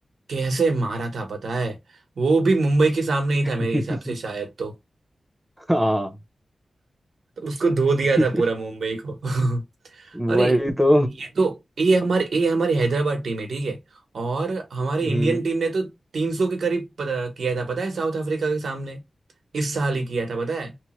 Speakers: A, on the right (about 85°); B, in the centre.
A: कैसे मारा था पता है वो भी मुंबई के सामने ही
B: <laughs>
A: था मेरे हिसाब से शायद तो
B: हाँ
A: उसको धो दिया
B: <laughs>
A: था पूरा मुंबई को <laughs> अरे
B: वही तो
A: ये तो ये हमारे ये हमारी हैदराबाद टीम है ठीक है और हमारी
B: हम्म
A: इंडियन टीम ने तो 300 के करीब पता, किया था पता है साउथ अफ्रीका के सामने इस साल ही किया था पता है